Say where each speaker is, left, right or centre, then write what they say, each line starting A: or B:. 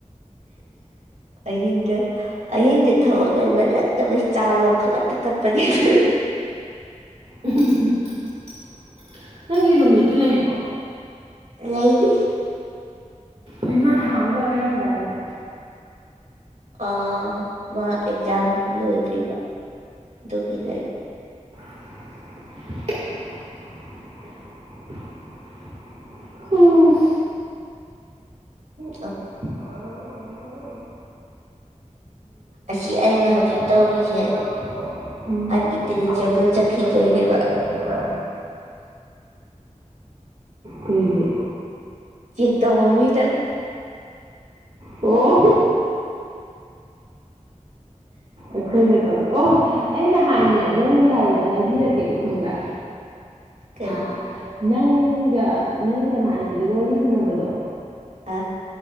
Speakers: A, on the right; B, on the right.
A: ꯑꯍꯤꯡꯗ ꯑꯍꯤꯡꯗ ꯊꯕꯛ ꯂꯩꯃꯜꯂꯛꯇꯕꯩ ꯆꯥ ꯂꯣꯡ ꯈꯠꯂ ꯊꯛꯀꯠꯄꯅꯤꯗꯅ
B: <unintelligible> ꯅꯪꯒꯤ ꯔꯨꯝꯃꯦ ꯑꯗꯨ ꯂꯩꯔꯤꯕꯣ
A: ꯂꯩꯕꯤ
B: ꯃꯃꯥ ꯊꯥꯡ ꯑꯃꯈꯛ ꯍꯥꯏꯔꯝꯗꯥꯏꯅꯦ
A: ꯑ ꯃꯥ ꯑꯦꯛꯖꯥꯝ ꯂꯣꯏꯗ꯭ꯔꯤꯕ ꯑꯗꯨꯒꯤ ꯂꯩꯕ
B: <unintelligible> ꯍꯨꯝ
A: ꯎ
B: ꯑ ꯑ ꯑ
A: ꯑꯁꯤ
B: ꯑ
A: ꯑꯩꯅ
B: ꯑꯁꯤ
A: ꯍꯧꯖꯤꯛ
B: ꯑꯩꯅ
A: ꯇꯧꯔꯤꯁꯦ
B: ꯍꯧꯖꯤꯛ ꯇꯧꯔꯤꯁꯦ ꯎꯝ
A: ꯑꯟꯏꯟꯇꯦꯂꯤꯖꯦꯕꯜ
B: ꯑ ꯏ ꯀ
A: ꯆꯠꯈꯤꯗꯣꯏꯅꯦꯕ
B: ꯖꯕ ꯆꯠꯈꯤꯗꯨꯅꯦꯕ ꯀꯩꯒꯤ
A: ꯆꯦꯛ ꯇꯧꯕ ꯃꯤꯅ
B: ꯑꯣ ꯑꯩꯈꯣꯏꯅ ꯇꯧꯗ ꯑꯣ ꯑꯩꯅ ꯍꯥꯟꯅꯦ ꯅꯪꯒꯤ ꯍꯥꯏꯕꯗ ꯍꯥꯏꯕꯤꯔꯛꯀꯦꯕ ꯈꯪꯕ꯭ꯔꯥ
A: ꯀꯩ
B: ꯑꯨꯝ ꯅꯪꯒ ꯅꯪꯒꯤ ꯅꯃꯥꯟꯅꯕꯤꯗꯨꯒ ꯋꯔꯤ ꯁꯅꯕꯗꯣ
A: ꯑ